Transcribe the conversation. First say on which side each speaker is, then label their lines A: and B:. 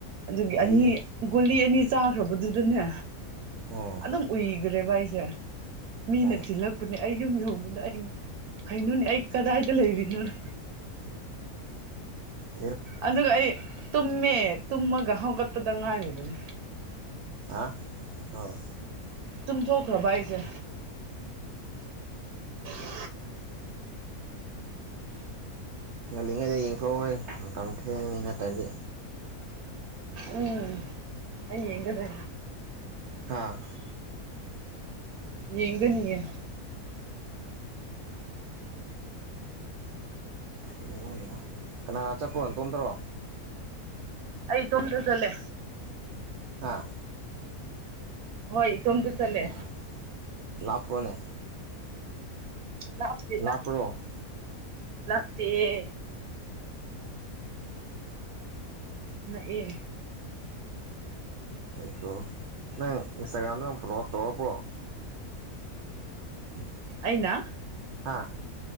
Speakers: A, on the right (about 80°); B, on the right (about 60°).
A: ꯑꯗꯨꯒꯤ
B: ꯐꯩꯅꯦ
A: ꯑꯅꯤ ꯒꯨꯜꯂꯤ ꯑꯅꯤ ꯆꯥꯈ꯭ꯔꯕꯗ ꯑꯗꯨ ꯑꯗꯨꯅ
B: ꯑꯣ
A: ꯑꯗꯨꯝ ꯎꯒ ꯔꯦꯚꯏꯁ ꯖ ꯃꯤꯅ
B: ꯑꯣ
A: ꯆꯤꯜꯂꯛꯄꯅꯦ ꯑꯩ ꯌꯨꯝ ꯌꯨꯝ ꯈꯩꯅꯣꯅꯦ ꯑꯩ ꯀꯗꯥꯏꯗ ꯂꯩꯔꯤꯅꯣꯅ
B: ꯍꯝ
A: ꯑꯗꯨꯒ ꯑꯩ ꯇꯨꯝꯃꯦ ꯇꯨꯝꯃꯒ ꯍꯧꯒꯠꯄꯗ ꯉꯥꯏꯔꯤꯕꯅꯦ
B: ꯑ ꯑꯣ
A: ꯇꯨꯝꯊꯣꯛꯈ꯭ꯔꯕ ꯑꯩꯁꯦ <unintelligible>
B: ꯎꯝ ꯉꯜꯂꯤꯉꯩꯗ ꯌꯦꯡꯊꯣꯛꯑꯣꯈꯣꯏ ꯃꯇꯝ ꯊꯦꯡꯅꯤ ꯅꯠꯇ꯭ꯔꯗꯤ
A: ꯎꯝ ꯑꯩꯌꯦꯒꯗ
B: ꯍꯥꯥ
A: ꯌꯦꯒꯅꯤꯌꯦ
B: ꯌꯦꯡꯉꯣ ꯌꯦꯡꯉꯣ ꯀꯅꯥ ꯆꯠꯄꯣ ꯅꯇꯣꯝꯗ꯭ꯔꯣ
A: ꯑꯩ ꯇꯣꯝꯗꯆꯠꯂꯦ
B: ꯍꯥꯥ
A: ꯍꯣꯏ ꯇꯣꯃꯗ ꯆꯇꯂꯦ
B: ꯑꯣ ꯂꯥꯞꯄ꯭ꯔꯣꯅꯦ
A: ꯂꯅꯥꯞꯇꯦꯗ
B: ꯂꯥꯞꯄ꯭ꯔꯣ
A: ꯂꯥꯄ ꯇꯤꯌꯦ
B: ꯑꯣ
A: ꯅꯥꯛ ꯑꯥ
B: ꯑꯩꯀꯣ ꯅꯪ ꯏꯟꯁꯇꯥꯒ꯭ꯔꯥꯝꯗ ꯅꯪ ꯐꯣꯂꯣꯞ ꯇꯧꯔꯕ꯭ꯔꯣ ꯑ <unintelligible> ꯎ <unintelligible>
A: ꯑꯅꯥ
B: ꯍꯥꯥ